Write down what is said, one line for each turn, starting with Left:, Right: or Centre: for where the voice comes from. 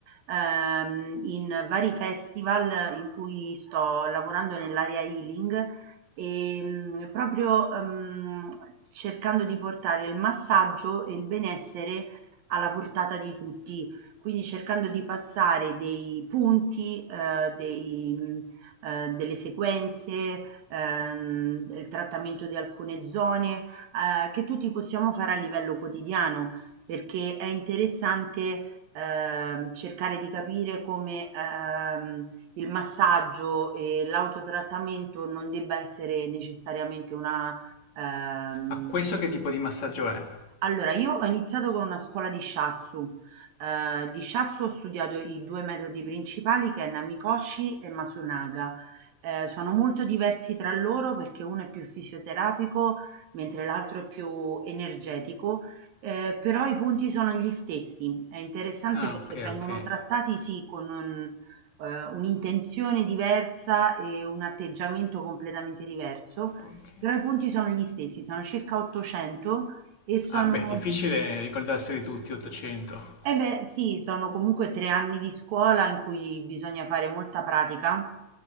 Right: ehm, in vari festival in cui sto lavorando nell'area healing e mh, proprio ehm, cercando di portare il massaggio e il benessere alla portata di tutti quindi cercando di passare dei punti, ehm, dei mhmm, ehm, delle sequenze, ehm, il trattamento di alcune zone, ehm, che tutti possiamo fare a livello quotidiano, perché è interessante, ehm, cercare di capire come, ehm, il massaggio e l'autotrattamento non debba essere necessariamente una ehm
Left: ma questo che tipo di massaggio è?
Right: allora, io ho iniziato con una scuola di shiatsu. Ehm, di shiatsu ho studiato i 2 metodi principali che è Namikoshi e Masunaga. Ehm, sono molto diversi tra loro perché uno è più fisioterapico, mentre l'altro è più energetico, ehm, però i punti sono gli stessi. È interessante
Left: Ah,
Right: perché
Left: ok,
Right: vengono
Left: ok.
Right: trattati, sì, con un ehm, un'intenzione diversa e un atteggiamento completamente diverso,
Left: ok.
Right: però i punti sono gli stessi, sono circa 800 e sono
Left: Ah, beh, difficile ricordarseli tutti, 800.
Right: eh beh, sì, sono comunque 3 anni di scuola in cui bisogna fare molta pratica